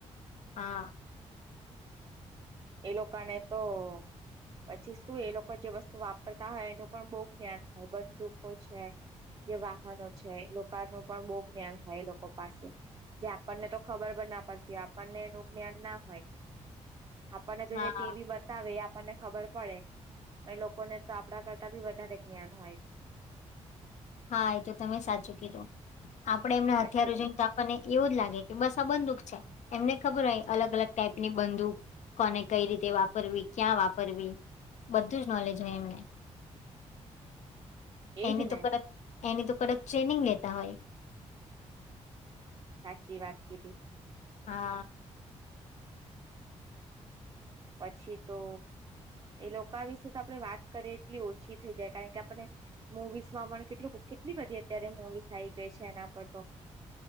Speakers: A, on the left (about 65°); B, on the right (about 30°).
A: હા.
B: એ લોકો ને તો પછી શું એ લોકો જે વસ્તુ વાપરતા હોય એનું પણ બો જ્ઞાન હોય બંદુકો છે. જે વાહનો છે એ લોકા નું પણ બો જ્ઞાન હોય એ લોકો પાસે જે આપણને તો ખબર પણ ન પડતી હોય આપણને એનું જ્ઞાન ના હોય. આપણને તો
A: હા
B: જે ટીવી બતાવે એ મને ખબર પડે લોકોને તો આપડા કરતા બી વધારે જ્ઞાન હોય. <inaudible>
A: હા એ તો તમે સાચું કીધું. આપડે એમના
B: પછી
A: હથિયારો જોઈને તો આપણ ને એવું જ લાગે કે બસ આ બંદૂક છે એમને ખબર હોય અલગ અલગ ટાઈપ ની બંદૂક કોને કઈ રીતે વાપરવી, ક્યાં વાપરવી બધું જ નોલેજ હોય એમને
B: <inaudible> એજ
A: એની
B: ને
A: તો કડક, એની તો કડક ટ્રેનિંગ લેતા હોય.
B: સાચી વાત કીધી.
A: હા.
B: પછી તો એ લોકા વિશે તો આપણે વાત કરીએ એટલી ઓછી થઈ જાય કારણ કે આપને મુવીઝ માં પણ કેટલું કેટલી બધી અત્યારે મુવીઝ આવી ગઈ છે એના પર તો